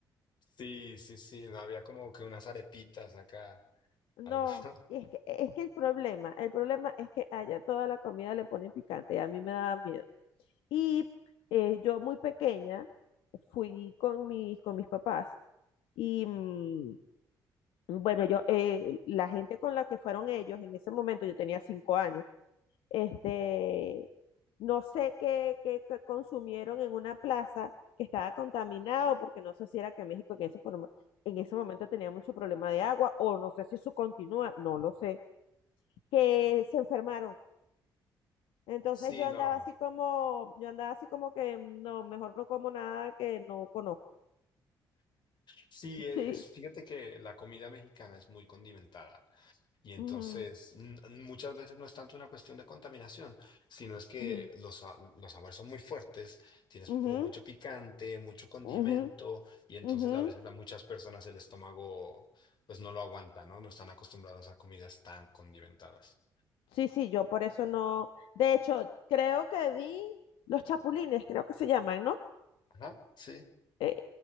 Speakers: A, on the left (about 60°); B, on the left (about 85°).
A: Sí, sí, sí, no había como que unas arepitas acá,
B: No,
A: algo. <laughs>
B: y es que, es que el problema, el problema es que allá toda la comida le pone picante y a mí me daba miedo. Y eh, yo muy pequeña fui con mis, con mis papás y mm, bueno, yo, eh, la gente con la que fueron ellos en ese momento, yo tenía cinco años, este, no sé qué, qué, qué consumieron en una plaza que estaba contaminado, porque no sé si era que México en ese, forma- en ese momento tenía mucho problema de agua, o no sé si eso continúa, no lo sé, que se enfermaron Entonces
A: Sí,
B: yo
A: no.
B: andaba así como, yo andaba así como que no, mejor no como nada que no conozco.
A: Sí, e-
B: Sí.
A: es, fíjate que la comida mexicana es muy condimentada y entonces
B: ujú,
A: n- muchas veces no es tanto una cuestión de contaminación, sino es que
B: ujú,
A: los, sa- los sabores son muy fuertes, tienes
B: ujú,
A: como mucho picante, mucho condimento
B: ujú,
A: y entonces
B: ujú.
A: a veces a muchas personas el estómago pues no lo aguanta, ¿no? No están acostumbradas a comidas tan condimentadas.
B: Sí, sí, yo por eso no. De hecho, creo que vi los chapulines, creo que se llaman, ¿no?
A: Ajá, sí.
B: Eh,